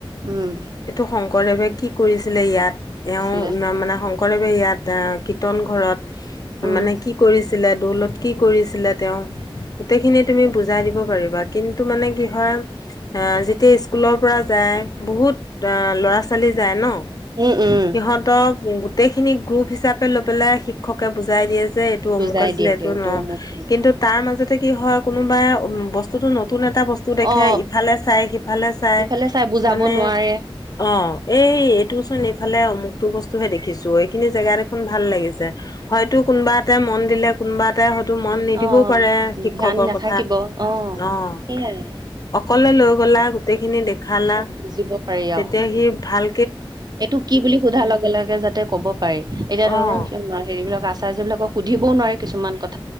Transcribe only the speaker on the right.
উম।
কৰিছিলে
উম
উ, উম।
বুজাই
দিয়েগে
মোক তুমি
অ
ইফালে চাই বুজাব
নোৱাৰে
অ
ধ্যান নাথাকিব
অ
সেইয়াই
চব বুজিব পাৰি
আৰু
এইটো কি বুলি সোধাৰ লগে লগে যাতে ক'ব পাৰি, এতিয়া ধৰ
<unintelligible> হেৰিবলাকৰ আচাৰ্য বিলাকক সুধিবও নোৱাৰে কিছুমান ক